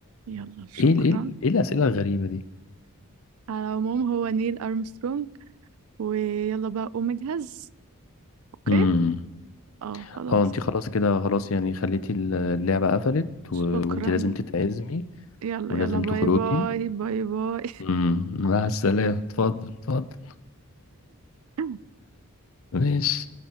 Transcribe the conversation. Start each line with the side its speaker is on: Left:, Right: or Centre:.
Right: يلا شكرا
Left: إيه ال- إيه ال- إيه الأسئلة الغريبة دي؟
Right: على العموم هو نيل ارمسترونج ويلا بقى قوم اجهز اوكي
Left: امم
Right: اه خلاص
Left: اه انت
Right: كده.
Left: خلاص كده خلاص يعني خليتي ال- اللعبة قفلت
Right: شكرا
Left: و... وانت لازم تتعزمي
Right: يلا
Left: ولازم
Right: يلا باي
Left: تخرجي
Right: باي باي باي
Left: امم مع السلامة اتفضل اتفضل
Right: <laughs>
Left: ماشي